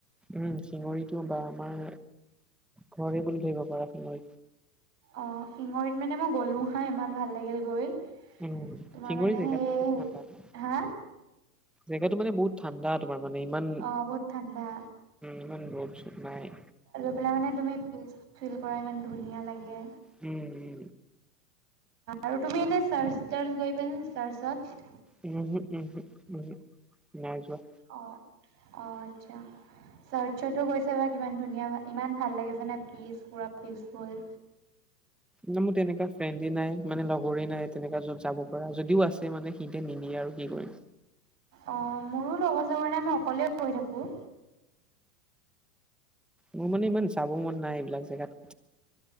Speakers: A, in the centre; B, on the right.
A: উম, শিঙৰীটো বা আমাৰ ঘৰে বুলি ধৰিব পাৰা। শিঙৰী
B: অঁ শিঙৰীত মানে মই গ'লোঁ হাঁ ইমান ভাল লাগিল গৈ।
A: উম,
B: তোমাৰ
A: শিঙৰি
B: মানে
A: জেগাতো
B: সেই
A: বহুত ঠাণ্ডা ন
B: হা
A: জেগাতটো মানে বহুত ঠাণ্ডা তোমাৰ মানে ইমান
B: অ বহুত ঠাণ্ডা
A: ইমান ৰ'দ চদ নাই।
B: সেইফালে মানে তুমি ফিল কৰা ইমান ধুনীয়া লাগে
A: উম।
B: আৰু তুমি এনেই চাৰ্চ টাৰ্চ গৈ পাইছা চাৰ্চত?
A: উম হু, উম হু, উম হু নাই যোৱা।
B: অ', অ' আচ্ছা। চাৰ্চচটো গৈছে বা কিমান ধুনীয়া ইমান ভাল লাগে জানা পিচ পুৰা পিচফুল।
A: না মোৰ তেনেকা ফ্ৰেণ্ডে নাই মানে লগৰে নাই, তেনেকুৱা য'ত যাব পৰা যদিও আছে মানে সিহ'তে নিনিয়ে আৰু কি কৰিম।
B: অঁ মোৰো লগৰ চাগৰ নাই মই অকলেই গৈ থাকোঁ।
A: মোৰ মানে ইমান যাব মন নাই এইবিলাক জেগাত।